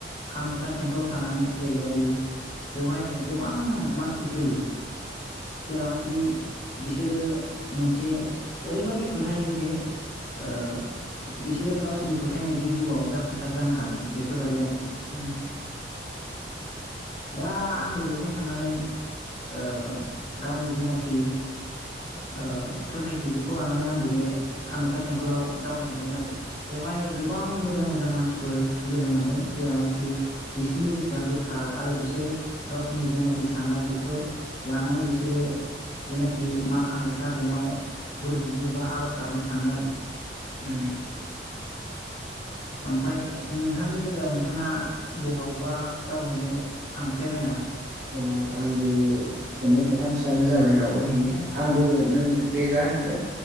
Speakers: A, on the left (about 40°); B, on the right (about 85°).
A: कामाख्या टेम्पोलाव थांनानै जेरै बादि बेवहाय गोबां मानसि फैयो जेरावनाखि बिसोरो मोनसे ओरैबायदि फोथायो जे ओ बिसोरो गावसिनि फोथायनायजों जिउआव जाफु संसार जानो हागोन बेफोरबायदि आरो
B: उं
A: दा आंबो बेवहायथांनानै ओ गावनि जेनायखि ओ फोथायथि बेखौ लानानै आंबो बे कामाख्या टेम्पोलाव दावबायहैदों आरो बेवहाय गोबां मोजां मोजां मानसि सिफोर लोगो मोनदों जेरावनायखि बेसिनि गोसोआ गोथार आरो बेसोर गावसिनि जेनायखि साननाय बेखौ लानानै बिसोरो जेनायखि मा कामाख्या बेनाव बोर बिनो बा आरज गाबनो थाङो आरो
B: उं
A: ओमफ्राय नोंथांनि बेलायाव नोंथाङा बबावबा दावबायहैनो थांफेरबाय नामा?
B: औ आंबो खेननै खेथामसोआनो जाबाय दावबाय हैैनाया आंबो नों जे जाहांदों